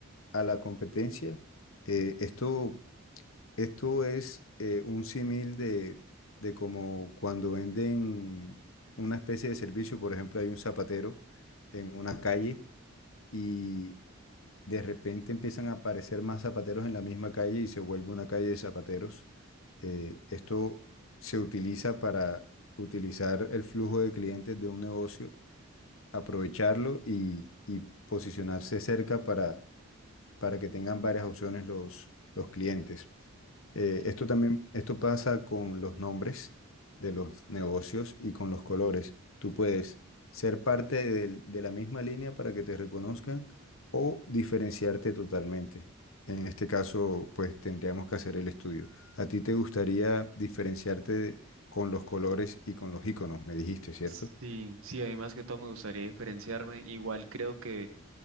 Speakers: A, on the left; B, on the right.
A: a la competencia. Eh, esto esto es eh, un símil de, de como cuando venden una especie de servicio, por ejemplo, hay un zapatero en una calle y de repente empiezan a aparecer más zapateros en la misma calle y se vuelve una calle de zapateros. Eh, esto se utiliza para utilizar el flujo de clientes de un negocio, aprovecharlo y, y posicionarse cerca para para que tengan varias opciones los, los clientes. Eh,
B: Entiendo.
A: esto también, esto pasa con los nombres de los negocios y con los colores. Tú puedes ser parte del- de, la misma línea para que te reconozcan o diferenciarte totalmente. En este caso, pues tendríamos que hacer el estudio. ¿A ti te gustaría diferenciarte de- con los colores y con los iconos? Me dijiste, ¿cierto?
B: Sí, sí, a mí más que todo me gustaría diferenciarme. Igual creo que,